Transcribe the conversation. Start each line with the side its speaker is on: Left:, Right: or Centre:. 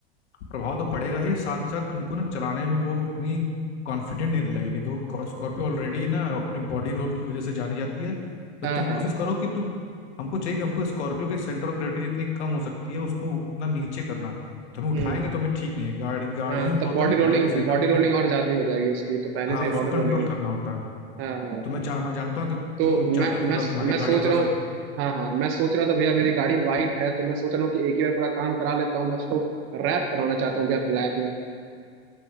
Left: प्रभाव तो पड़ेगा ही साथ ही साथ तुमको ना चलाने में वो उतनी कॉन्फिडेंट नहीं लगेगी देखो स्कॉर्पियो ऑलरेडी ना अपने बॉडी रोल की वजह से जानी जाती है तो
Right: हाँ
Left: तुम
Right: हाँ
Left: कोशिश करो कि तुम हमको चाहिए कि हमको स्कॉर्पियो के सेंटर ऑफ ग्रेविटी जितनी कम हो सकती है उसको उतना नीचे करना है तो हमें उठाएंगे
Right: हम्म
Left: तो हमें ठीक नहीं है गाड़ी गाड़ियों
Right: हाँ
Left: का
Right: तब
Left: होता
Right: बॉडी
Left: है ना
Right: रोलिंग
Left: गाड़ियों के सेंटर
Right: बॉडी
Left: ऑफ ग्रेविटी
Right: रोलिंग और ज्यादा ही हो जाएगी उसकी तो पहले
Left: हाँ
Right: से ही
Left: उसको
Right: बॉडी
Left: कंट्रोल
Right: रोलिंग है
Left: करना होता है
Right: हाँ हाँ हाँ।
Left: तो मैं चाह मैं जानता हूँ कि
Right: तो
Left: तुम चाहते
Right: मैं
Left: हो तुम
Right: मैं
Left: तुम्हारी
Right: मैं
Left: गाड़ी
Right: सोच
Left: का थोड़ा
Right: रहा हूँ
Left: सा
Right: हाँ हाँ मैं सोच रहा था भैया मेरी गाड़ी वाइट है तो मैं सोच रहा हूँ कि एक ही बार पूरा काम करा लेता हूँ मैं उसको रैप कराना चाहता हूँ भैया ब्लैक में